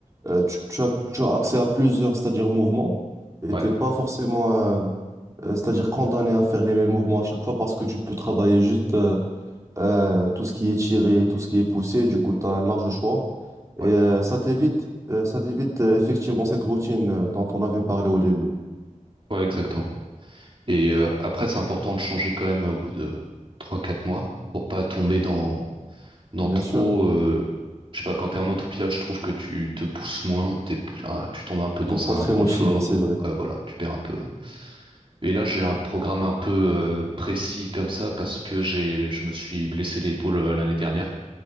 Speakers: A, on the right; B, on the right.
A: euh, tu, tu as, tu as accès à plusieurs, c'est-à-dire mouvements, et
B: ouais,
A: t'es pas forcément, euh, euh, c'est-à-dire condamné à faire les mêmes mouvements à chaque fois parce que tu peux travailler juste euh, euh, tout ce qui est tiré, tout ce qui est poussé, du coup, tu as un large choix.
B: ouais,
A: Et euh, ça t'évite, euh, ça t'évite euh, effectivement cette routine euh, dont on avait parlé au début.
B: ouais, exactement. Et euh, après, c'est important de changer quand même au bout de trois quatre mois pour pas tomber dans, dans
A: Bien
B: trop.
A: sûr,
B: euh, je sais pas, quand t'es en autopilote, je trouve que tu te pousses moins, t'es, plus- ah, tu tombes un peu dans
A: t'es pas
B: un
A: très
B: confort.
A: motivé, c'est vrai.
B: Ouais, voilà, tu perds un peu. Et là, j'ai un programme un peu euh, précis comme ça parce que j'ai, je me suis blessé l'épaule euh, l'année dernière.